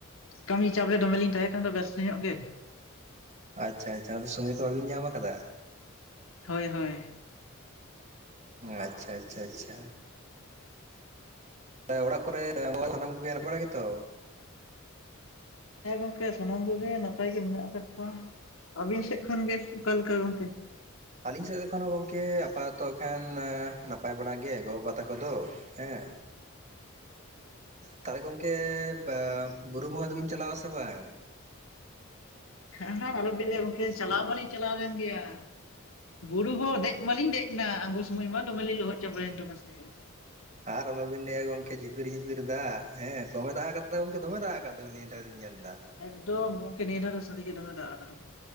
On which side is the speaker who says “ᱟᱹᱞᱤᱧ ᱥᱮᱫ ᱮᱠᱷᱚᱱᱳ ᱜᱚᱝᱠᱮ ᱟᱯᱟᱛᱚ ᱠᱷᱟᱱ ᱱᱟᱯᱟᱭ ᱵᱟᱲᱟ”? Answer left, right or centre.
Right